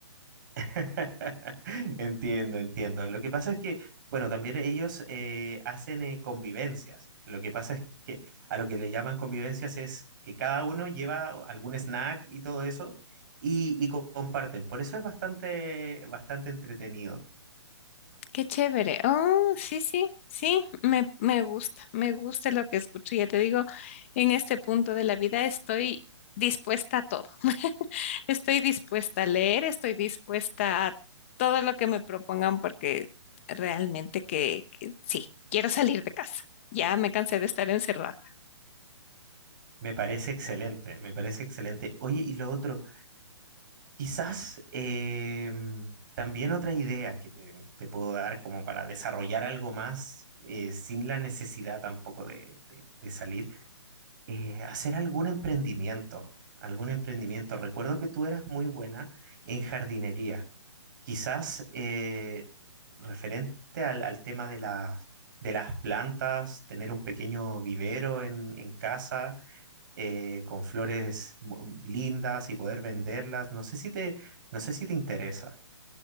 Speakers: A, on the right; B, on the left.
A: <laughs> Entiendo, entiendo. Lo que pasa es que, bueno, también ellos eh, hacen eh, convivencias. Lo que pasa es que a lo que le llaman convivencias es que cada uno lleva algún snack y todo eso y, y co- comparten. Por eso es bastante, bastante entretenido.
B: Qué chévere. Oh, sí, sí, sí, me, me gusta, me gusta lo que escucho. Ya te digo, en este punto de la vida estoy dispuesta a todo. <laughs> Estoy dispuesta a leer, estoy dispuesta a todo lo que me propongan porque realmente que, que sí, quiero salir de casa. Ya me cansé de estar encerrada.
A: Me parece excelente, me parece excelente. Oye, y lo otro, quizás eh, también otra idea que te, te puedo dar como para desarrollar algo más eh, sin la necesidad tampoco de de- de salir eh, hacer algún emprendimiento, algún emprendimiento. Recuerdo que tú eras muy buena en jardinería, quizás eh, referente al, al tema de las, de las plantas, tener un pequeño vivero en, en casa eh, con flores mu- lindas y poder venderlas. No sé si te, no sé si te interesa.